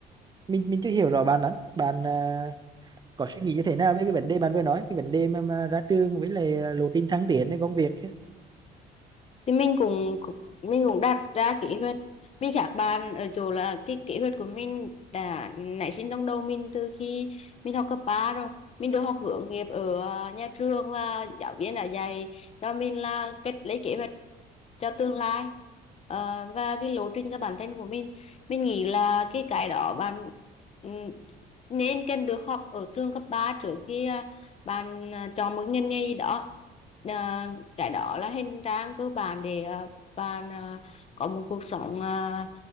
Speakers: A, on the right (about 25°); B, on the left (about 40°).
A: mình mình chưa hiểu rõ bạn lắm bạn ờ, có suy nghĩ như thế nào về cái vấn đề bạn vừa nói cái vấn đề mà, mà ra trường với lại lộ trình thăng tiếnในcông việc
B: thì mình cũng, cũng mình cũng đặt ra kế hoạch mình khác bạn ở chỗ là cái kế hoạch của mình đã nảy sinh trong đầu mình từ khi mình học cấp 3 rồi mình được học hướng nghiệp ở à, nhà trường và giáo viên đã dạy cho mình là cách lấy kế hoạch cho tương lai Ờ, và cái lộ trình cho bản thân của mình mình nghĩ là cái cái đó bạn ừm, nên cần được học ở trường cấp 3 trước khi à, bạn à, chọn một ngành nghề gì đó Ờ, cái đó là hình trang cơ bản để ờ, bạn ờ, có một cuộc sống ờ,